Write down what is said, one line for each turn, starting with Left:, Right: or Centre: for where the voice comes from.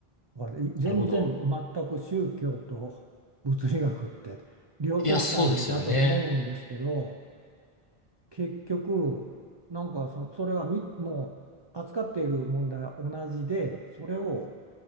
Right: だから全然全く宗教と物理学って両極端だと思うんですけど
Left: るほど。いや、そうですよね。
Right: 結局なんかそ、それはみもう扱っている問題は同じでそれを